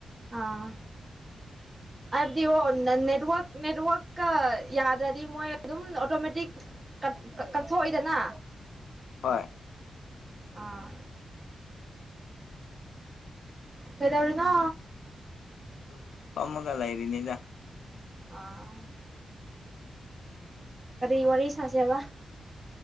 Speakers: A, on the right; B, on the left.
A: ꯑꯥ ꯍꯥꯏꯕꯗꯤ ꯑꯣ ꯅꯦꯠꯋꯛ ꯅꯦꯠꯋꯥꯛꯀ ꯌꯥꯗ꯭ꯔꯗꯤ ꯃꯣꯏ ꯑꯗꯨꯝ ꯑꯣꯇꯣꯃꯦꯇꯤꯛ ꯀꯠꯊꯣꯛꯏꯗꯅ
B: ꯍꯣꯏ
A: ꯑꯥ ꯀꯩꯗꯧꯔꯤꯅ
B: ꯑꯗꯨꯝ ꯐꯝꯃꯒ ꯂꯩꯔꯤꯅꯦꯗ
A: ꯑꯥ ꯀꯔꯤ ꯋꯥꯔꯤ ꯁꯥꯁꯦꯕ